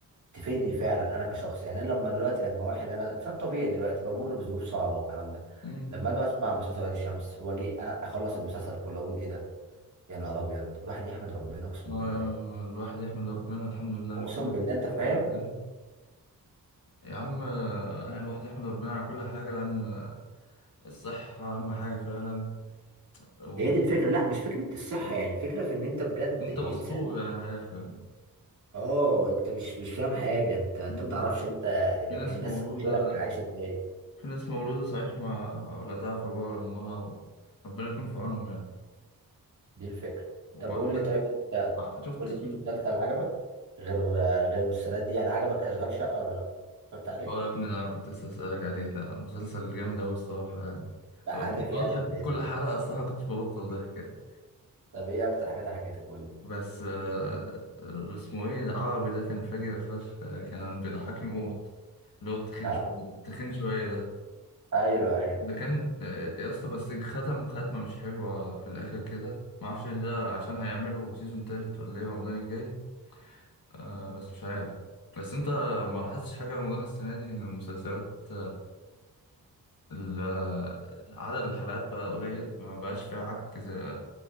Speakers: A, on the right; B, on the left.
A: تفيدني فعلا انا كشخص يعني أنا لما دلوقتي لما واحد انا انسان طبيعي دلوقتي بمر بظروف صعبه والكلام ده
B: مم.
A: لما اجي اسمع مسلسل وادي الشمس واجي اخلص المسلسل كله اقول ايه ده يا نهار ابيض الواحد يحمد ربنا اقسم
B: اه
A: بالله
B: الواحد يحمد ربنا الحمد لله على
A: اقسم
B: كل
A: بالله انت فاهم
B: حاجة ازاي يا عم آه، الواحد يحمد ربنا على كل حاجة لأن الصحة أهم حاجة فعلا وأنت
A: هي دي الفكره لا مش فكره الصحه يعني الفكره في ان انت بجد
B: مستور
A: الانسان
B: يعني من الآخر يعني.
A: اه انت مش مش فاهم حاجه انت انت
B: مم.
A: ما تعرفش انت ال-
B: في ناس
A: الناس
B: مولودة
A: غيرك عايشه ازاي
B: في ناس مولودة صحيح ما لا تعرف أبوها ولا أمها وربنا يكون في عونهم يعني
A: دي الفكره
B: وعندك
A: طب قول لي طيب انت
B: شفت
A: قول لي
B: شفت
A: في مسلسل عجبك غير غير المسلسلات دي يعني عجبك اشغال شقه ولا لا اتفرجت عليه
B: اه يا ابني ده أنا كنت لسه أسألك عليه ده مسلسل جامد أوي الصراحة يعني
A: ضحكك
B: كنت
A: يعني
B: بضحك
A: ولا ايه
B: كل
A: الدنيا
B: حلقة الصراحة كنت ببطل ضحك يعني
A: طب ايه اكتر حاجه ضحكتك قول لي
B: بس آه، اسمه إيه العربي ده كان فاجر فشخ آه، كان بيضحكني موت اللي هو التخين
A: لا.
B: شوية التخين شوية
A: ايوه ايوه
B: ده كان آه، يا اسطى بس ختم ختمة مش حلوة في الآخر كده معرفش إيه ده عشان هيعملوا سيزون تالت ولا إيه رمضان الجاي آه بس مش عارف بس أنت ما لاحظتش حاجة رمضان السنة دي إن المسلسلات ال- آه، عدد الحلقات بقى قليل ما بقاش فيها عك زي